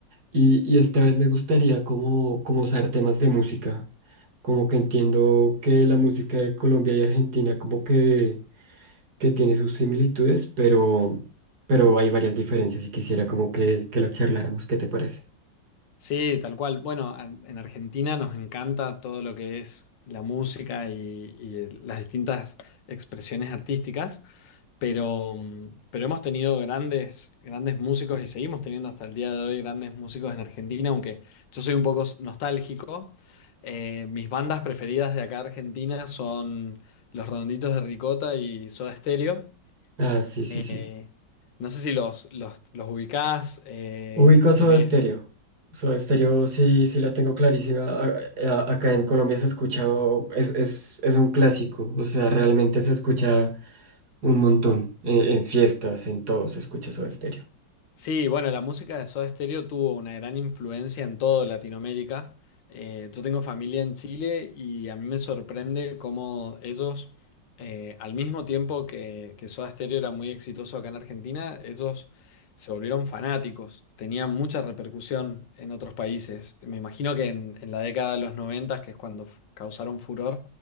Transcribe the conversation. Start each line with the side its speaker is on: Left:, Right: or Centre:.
Right: Y, y esta vez me gustaría como, como usar temas de música. Como que entiendo que la música de Colombia y Argentina como que, que tiene sus similitudes, pero, pero hay varias diferencias y quisiera como que, que la charláramos. ¿Qué te parece?
Left: Sí, tal cual. Bueno, a- en Argentina nos encanta todo lo que es la música y, y las distintas expresiones artísticas, pero, mm, pero hemos tenido grandes, grandes músicos y seguimos teniendo hasta el día de hoy grandes músicos en Argentina, aunque yo soy un poco s- nostálgico. Eh, mis bandas preferidas de acá de Argentina son Los Redonditos de Ricota y Soda Stereo.
Right: Ah, sí, sí,
Left: Eh,
Right: sí.
Left: no sé si los, los, los ubicás, eh,
Right: Ubico Soda
Left: tenés
Right: Stereo. Soda Stereo sí, sí la tengo clarísima. A- a- acá en Colombia se escucha, es, es, es un clásico. O sea, realmente se escucha un montón. En, en fiestas, en todo se escucha Soda Stereo.
Left: Sí, bueno, la música de Soda Stereo tuvo una gran influencia en toda Latinoamérica. Eh, yo tengo familia en Chile y a mí me sorprende cómo ellos, eh, al mismo tiempo que, que Soda Stereo era muy exitoso acá en Argentina, ellos se volvieron fanáticos. Tenían mucha repercusión en otros países. Me imagino que en, en la década de los 90, que es cuando f- causaron furor,